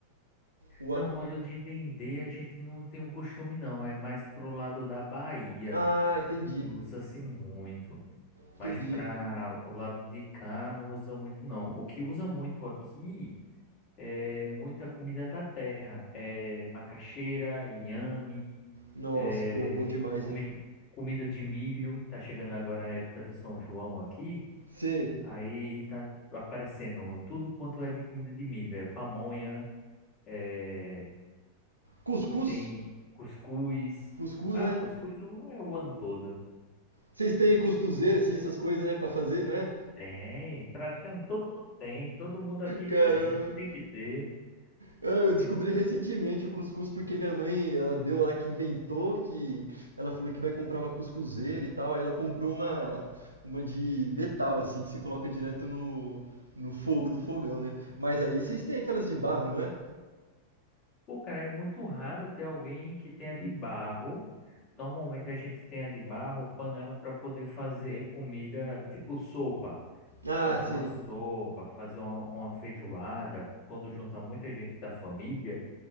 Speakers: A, on the right; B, on the left.
A: O
B: Não,
A: a-
B: óleo de dendê a gente não tem um costume, não. É mais pro lado da Bahia
A: Ah, entendi,
B: e usa-se muito. Mas
A: entendi.
B: para o lado de cá não usa muito não. O que usa muito aqui é muita comida da terra, é macaxeira, inhame,
A: Nossa,
B: é
A: pô, é bom demais,
B: comi
A: hein?
B: comida de milho. Tá chegando agora a época do São João aqui,
A: Cê...
B: aí tá aparecendo tudo quanto é de comida de milho, é pamonha, é,
A: Cuscuz?
B: tem cuscuz.
A: Cuscuz,
B: Ah,
A: né?
B: cuscuz é o ano todo.
A: Vocês têm cuscuzeira, assim, essas coisas, né, pra fazer, não é?
B: Tem, praticamente todo mundo tem, todo mundo aqui
A: Caramba.
B: tem, tem que ter.
A: Ah, Eu
B: Tem
A: descobri
B: que...
A: recentemente o cuscuz porque minha mãe, ela deu lá que inventou que ela falou que vai comprar uma cuscuzeira e tal, aí ela comprou uma uma de metal assim que você coloca direto no no fogo do fogão, né? Mas aí vocês têm aquelas de barro, não é?
B: Pô, cara, é muito raro ter alguém que tenha de barro. Normalmente a gente tem a de barro, panela para poder fazer comida tipo sopa.
A: Ah,
B: Fazer
A: sim.
B: uma sopa, fazer uma, uma feijoada. Quando junta muita gente da família,